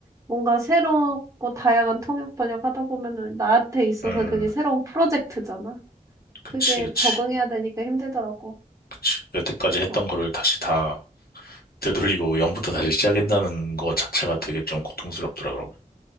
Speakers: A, on the right; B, on the left.
A: 뭔가 새롭고 다양한 통역 번역 하다 보면은 나한테 있어서
B: 음,
A: 그게
B: 음.
A: 새로운 프로젝트잖아.
B: 그치,
A: 그게
B: 그치,
A: 적응해야 되니까 힘들더라고.
B: 그치. 여태까지 했던
A: 어,
B: 거를 다시 다 되돌리고 0부터 다시 시작한다는 거 자체가 되게 좀 고통스럽더라고.